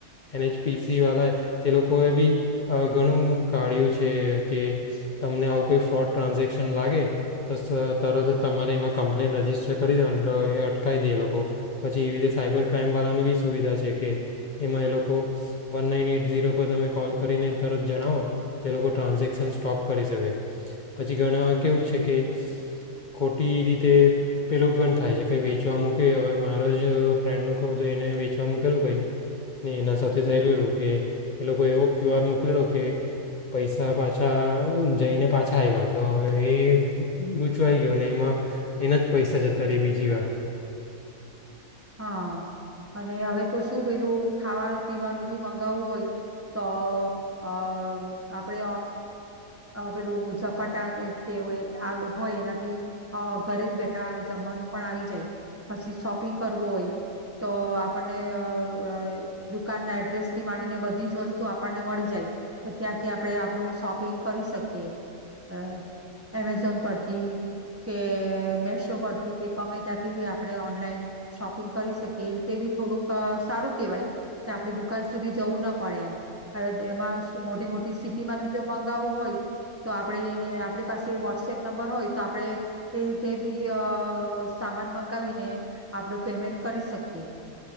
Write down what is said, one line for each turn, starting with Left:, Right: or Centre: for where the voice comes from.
Left: એન એચ પીસી વાળાએ તે લોકોએ બી ઘણું કાઢ્યું છે કે તમને આવું કોઈ ફ્રોડ ટ્રાન્ઝેક્શન લાગે તો સ તરત તમારે એમાં કમ્પ્લેન રજીસ્ટર કરી દેવાની તો એ અટકાવી દે એ લોકો પછી પછી એવી રીતે સાયબર ક્રાાઈમવાળાનું બી સુવિધા છે કે એમાં એ લોકો વન નાઇન એટ ઝીરો પર તમે કોલ કરીને તરત જણાવો તો એ લોકો ટ્રાન્ઝેક્શન સ્ટોપ કરી શકે પછી ઘણા કેવું છે કે ખોટી રીતે પેલુ પણ થાય છે કંઈ વેચવા મૂકે હવે મારો જ જ ફ્રેન્ડનું કહું તો એને વેચવા મૂકેલું કંઈ ને એના સાથે થયેલું એવું કે એ લોકો એવો ક્યુઆર મુકલ્યો કે પૈસા પાછા જઈને પાછા આવ્યા તો એ ગૂચવાઈ ગયો અને એમાં એના જ પૈસા જતા ર બીજી વાર.
Right: હા અને હવે તો શું પેલું ખાવાનું પીવાનું બી મગાવવું હોય તો અ આપડે પેલું ઝપાટા કે હોય એનાથી ઘરે જ બેઠા જમવાનું પણ આવી જાય પછી શોપિંગ કરવો હોય તો આ આપણને અ બ દુકાનના એડ્રેસથી માનીને બધી જ વસ્તુ આપણને મળી જાય તો ત્યાંથી આપણે આપણું શોપિંગ કરી શકીએ અ એમેઝોન પરથી કે મેશો પરથી કે ગમે ત્યાંથી બી આપણે ઓનલાઈન શોપિંગ કરી શકે એ રીતે બી થોડુંક સારું કેહેવાય કે આપણે દુકાન સુધી જવું ના પડે એમ હવે એમાં મોટી-મોટી સિટીમાંથી જો મંગાવવું હોય તો આપડે એ આપણી પાસે વોટસએપ નંબર હોય તો આપડે એ રીતે બી અ સામાન મંગાવીને આપડુ પેમેન્ટ કરી શકીએ.